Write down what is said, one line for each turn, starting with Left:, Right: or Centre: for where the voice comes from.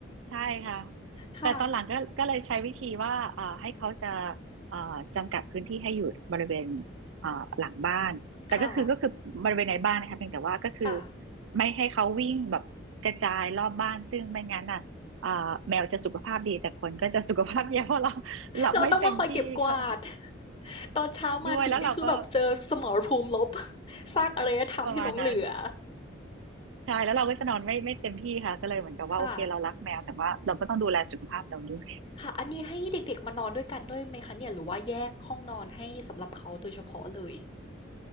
Right: ใช่ค่ะ
Left: ค่ะ
Right: แต่ตอนหลังก็ก็เลยใช้วิธีว่าเอ่อให้เขาจะเอ่อจำกัดพื้นที่ให้อยู่บริเวณเอ่อหลังบ้าน แต่ก็คือก็คือบริเวณในบ้านนะคะเพียงแต่ว่าก็คือ
Left: ค่ะค่ะ
Right: ไม่ให้เขาวิ่งแบบกระจายรอบบ้านซึ่งไม่งั้นอ่ะเอ่อแมวจะสุขภาพดีแต่คนก็จะสุขภาพแย่เพราะเราหลับไม่เต็มที่ค่ะ
Left: เราต้องมาคอยเก็บกวาด <laughs> ตอนเช้ามาถึงนี่คือแบบเจอสมรภูมิลบ
Right: ด้วยแล้วเราก็
Left: <laughs> ซากอารยธรรมที่หลงเหลือ
Right: ประมาณนั้นใช่แล้วเราก็จะนอนไม่ไม่เต็มที่ค่ะก็เลยเหมือนกับว่าโอเคเรารักแมวแต่ว่าเราก็ต้องดูแลสุขภาพเราด้วย
Left: ค่ะค่ะอันนี้ให้เด็กๆมานอนด้วยกันด้วยไหมคะเนี่ยหรือว่าแยกห้องนอนให้สำหรับเขาโดยเฉพาะเลย